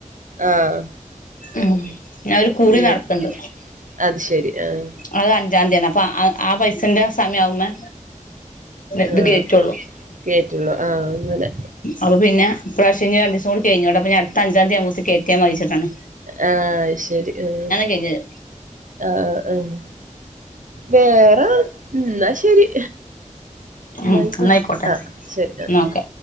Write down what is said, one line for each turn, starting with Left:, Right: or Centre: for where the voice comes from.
Right: ആഹ്
Left: ഉം ഞാ ഒരു കുറി
Right: ഉം
Left: നടത്ത്ണ്ട്
Right: അത് ശരി ആഹ്
Left: അത് അഞ്ചാം തിയാണ് അപ്പ ആ പൈസന്റെ സമയം ആവുമ്മെ ഇത്
Right: ആഹ്
Left: കേറ്റുള്ളു
Right: കേറ്റുള്ളൂ ആഹ് അങ്ങനെ
Left: അപ്പൊ പിന്നെ ഇപ്രാവശ്യം ഇങ്ങനെ ഡിസ്വല്ട്ടി കഴിഞ്ഞോട്ടെ അപ്പഞ്ഞി അടുത്ത അഞ്ചാന്തി ആകുമ്പേത്തിന് കേറ്റ്യാമതിച്ചിട്ടാണ്.
Right: ആഹ് ശരി. ആഹ്
Left: കഴിഞ്ഞത്
Right: ആഹ് അഹ് വേറെ ന്നാ ശെരി. ന്നായിക്കോട്ടെ
Left: ഉം ഇന്നാ ആയിക്കോട്ടെ
Right: ആഹ് ശരിന്നാ
Left: ഇന്നാ ഓക്കെ